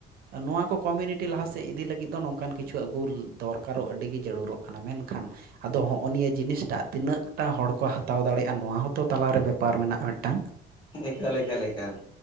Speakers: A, on the right; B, on the left.
A: ᱱᱚᱣᱟ ᱠᱚ ᱠᱚᱢᱤᱱᱤᱴᱤ ᱞᱟᱦᱟ ᱥᱮᱡ ᱤᱫᱤ ᱞᱟᱹᱜᱤᱫ ᱫᱚ ᱱᱚᱝᱠᱟᱱ ᱠᱤᱪᱷᱩ ᱟᱹᱜᱩ ᱫᱚᱨᱠᱟᱨᱚᱜ ᱟᱹᱰᱤ ᱜᱮ ᱡᱟᱹᱲᱩᱨᱚᱜ᱾ ᱠᱟᱱᱟ ᱢᱮᱱᱠᱷᱟᱱ ᱟᱫᱚ ᱦᱚᱸᱼᱚ ᱱᱤᱭᱟᱹ ᱡᱤᱱᱤᱥᱴᱟᱜ ᱛᱤᱱᱟᱹᱜ ᱴᱟ ᱦᱚᱲ ᱠᱚ ᱦᱟᱛᱟᱣ ᱫᱟᱲᱮᱜᱼᱟ ᱱᱚᱣᱟ ᱦᱚᱸᱛᱚ ᱛᱟᱞᱟᱨᱮ ᱵᱮᱯᱟᱨ ᱢᱮᱱᱟᱜᱼᱟ ᱢᱤᱜᱴᱟᱝ᱾
B: ᱮᱠᱟᱞ ᱮᱠᱟᱞ ᱮᱠᱟᱞ᱾